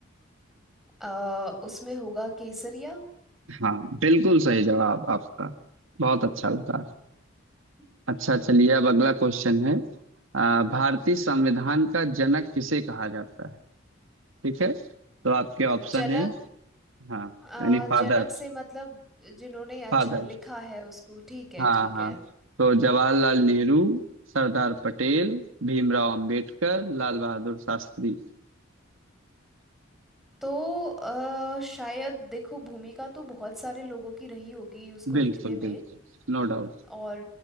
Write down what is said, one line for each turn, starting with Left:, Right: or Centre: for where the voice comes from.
Centre: आ, उसमें होगा केसरिया
Right: हाँ बिल्कुल सही जवाब आपका बहुत अच्छा लगा
Centre: <laughs>
Right: अच्छा चलिए अब अगला क्वेश्चन है आ, भारतीय संविधान का जनक किसे कहा जाता है ठीक है तो आपके ऑप्शन
Centre: जनक
Right: है हाँ
Centre: आ,
Right: यानी फादर
Centre: जनक से मतलब जिन्होंने अच्छा
Right: फादर
Centre: लिखा है उसको ठीक है
Right: हाँ
Centre: ठीक
Right: हाँ
Centre: है
Right: तो जवाहरलाल नेहरू सरदार पटेल भीमराव अंबेडकर लाल बहादुर शास्त्री
Centre: तो आ, शायद देखो भूमिका तो बहुत सारे लोगों की रही होगी उसको
Right: बिल्कुल
Centre: लिखने
Right: बिल्कुल
Centre: में
Right: No doubt
Centre: और